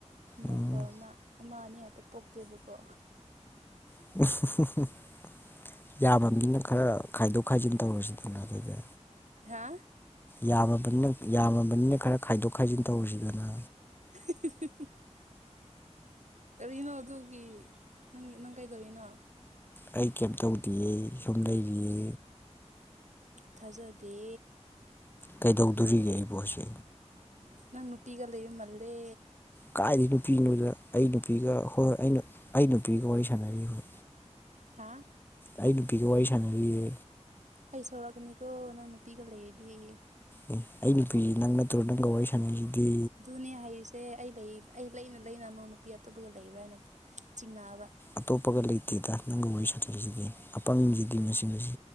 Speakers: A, on the right; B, on the left.
A: ꯅꯣꯏꯗꯧꯅ
B: ꯎꯝ
A: ꯑꯃ ꯑꯅꯤ ꯉꯥꯛꯇ ꯄꯣꯛꯇꯦꯕꯀꯣ
B: <unintelligible> ꯌꯥꯕꯅꯤꯅ ꯈꯔ ꯈꯥꯏꯗꯣꯛ ꯈꯥꯏꯖꯤꯟ ꯇꯧꯔꯁꯤꯗꯅ ꯑꯗꯨꯗꯤ
A: ꯍꯥ
B: ꯌꯥꯝꯃꯕꯅ ꯌꯥꯝꯃꯕꯅꯤꯅ ꯈꯔ ꯈꯥꯏꯗꯣꯛ ꯈꯥꯏꯖꯤꯟ ꯇꯧꯔꯨꯁꯤꯗꯅ
A: <unintelligible> ꯀꯔꯤꯅꯣ ꯑꯗꯨꯒꯤ ꯅꯪ ꯅꯪ ꯀꯩꯗꯧꯔꯤꯅꯣ
B: ꯑꯩ ꯀꯩꯝ ꯇꯧꯗꯤꯌꯦ ꯁꯨꯝ ꯂꯩꯔꯤꯌꯦ꯫
A: ꯊꯥꯖꯗꯦ
B: ꯀꯩꯗꯧꯗꯣꯔꯤꯒꯦ ꯑꯩ ꯄꯣꯠꯁ
A: ꯅꯪ ꯅꯨꯄꯤꯤꯒꯂ ꯃꯂꯦ꯫
B: ꯀꯥꯏꯗ ꯅꯨꯄꯤꯅꯣꯗ ꯑꯩ ꯅꯨꯄꯤꯒ ꯍꯣꯏ ꯑꯩ ꯑꯩ ꯅꯨꯄꯤꯒ ꯋꯥꯔꯤ ꯁꯥꯟꯅꯔꯤ ꯍꯣꯏ
A: ꯍꯥ
B: ꯑꯩ ꯅꯨꯄꯤꯒ ꯋꯥꯔꯤ ꯁꯥꯟꯅꯔꯤꯌꯦ꯫
A: ꯑꯩ ꯁꯧꯔꯛꯀꯅꯤꯀꯣ ꯅꯪ ꯅꯨꯄꯤꯒ ꯂꯩꯔꯗꯤ
B: ꯑꯦ ꯑꯩ ꯅꯨꯄꯤ ꯅꯪ ꯅꯠꯇ꯭ꯔꯣ ꯅꯪꯒ ꯋꯥꯔꯤ ꯁꯥꯟꯅꯩꯁꯤꯗꯤ
A: ꯑꯗꯨꯅꯦ ꯍꯥꯏꯔꯤꯁꯦ ꯑꯩ ꯂꯩ ꯑꯩ ꯂꯩꯅ ꯂꯩꯅ ꯅꯩ ꯅꯨꯄꯤ ꯑꯇꯣꯞꯄꯒ ꯂꯩꯕ꯭ꯔꯥ ꯍꯥꯏꯅ ꯆꯤꯡꯅꯕ
B: ꯑꯇꯣꯞꯄꯒ ꯂꯩꯇꯦꯗ ꯅꯪꯒ ꯋꯥꯔꯤ ꯁꯥꯅꯔꯤꯁꯤꯗꯤ ꯑꯄꯪꯁꯤꯗꯤ ꯃꯁꯤ ꯃꯁꯤ